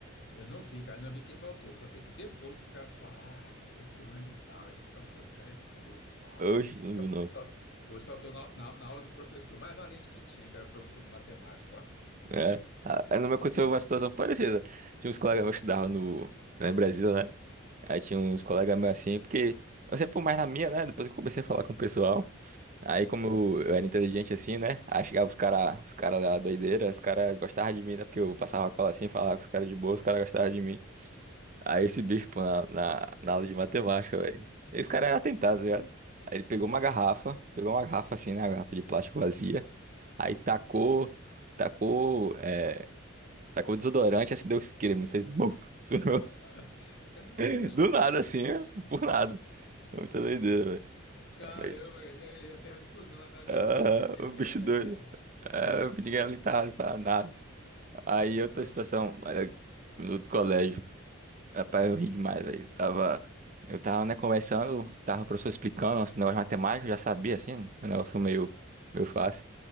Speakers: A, on the left (about 55°); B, on the right (about 35°).
A: Eu não vi, cara, eu não vi quem soltou, só sei que depois os caras falaram, ah, rapaz, foi o fulano de tal, ele que soltou, esse cara é doido e tal.
B: Hoje não
A: Só,
B: viu, não.
A: só, foi, soltou na, na, na aula do professor mais valente que tinha, que era o professor de matemática, ó.
B: É. Ah, Aí não
A: É.
B: me aconteceu uma situação parecida. Tinha uns colegas meus que estudavam no, lá em Brasília, né? Aí tinha uns colegas meus assim, porque eu sempre fui mais na minha, né? Depois que eu comecei a falar com o pessoal. Aí, como eu, eu era inteligente assim, né? Aí chegava os caras, os caras da doideira, os caras gostavam de mim, né? Porque eu passava a cola assim, falava com os caras de boa, os caras gostavam de mim. Aí esse bicho, pô, na, na, na aula de matemática, velho. Esse cara era atentado, tá ligado? Aí ele pegou
A: é.
B: uma garrafa, pegou uma garrafa assim, né? Uma garrafa de plástico vazia. Aí tacou, tacou, é, tacou desodorante, assim deu creme, fez buf, estourou.
A: <laughs> Caramba!
B: <laughs> do nada assim, por nada. É muita doideira, velho.
A: Caramba,
B: Mas,
A: cara, isso é, é uma explosão na sala de
B: ah,
A: aula, né, velho? Porque
B: o
A: é,
B: bicho
A: é,
B: doido.
A: é...
B: Ah,
A: Ah,
B: ninguém
A: ah,
B: ali tava pra nada. Aí
A: ah.
B: outra situação, eh, no outro colégio. Rapaz, eu ri demais, velho. Tava, eu tava, né, conversando, tava o professor explicando nosso negócio de matemática, eu já sabia, assim, um negócio meio, meio fácil.